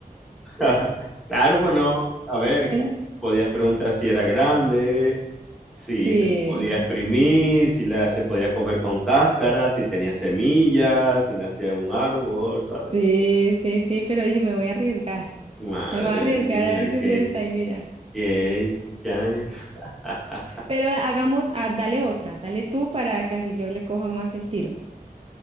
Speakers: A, in the centre; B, on the right.
A: <laughs> Claro, pues no, a ver,
B: Eh,
A: podías preguntar si era grande, si
B: Sí,
A: se podía exprimir, si la, se podía comer con cáscara, si tenía semillas, si nacía en un árbol, ¿sabes?
B: sí, sí, sí, pero dije, me voy a arriesgar.
A: Madre
B: Me voy a arriesgar
A: mía,
B: a ver si
A: qué,
B: usted está ahí, mira.
A: qué, qué- <laughs>
B: Pero hagamos, ah, dale otra, dale tú para que así yo le coja más el tiro